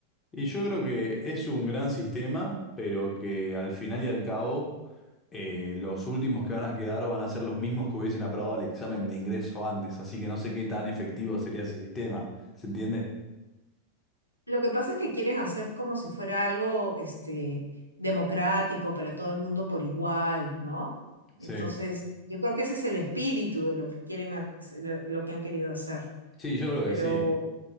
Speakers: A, on the left; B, on the right.
A: Y yo creo que es un gran sistema, pero que al final y al cabo eh, los últimos que van a quedar van a ser los mismos que hubiesen aprobado el examen de ingreso antes, así que no sé qué tan efectivo sería ese sistema, ¿se entiende?
B: Lo que pasa es que quieren hacer como si fuera algo, este, democrático para todo el mundo por igual, ¿no?
A: Sí,
B: Entonces, yo creo que ese es el espíritu de lo que quieren hacer, lo lo que han querido hacer.
A: sí, yo creo
B: Pero
A: que sí,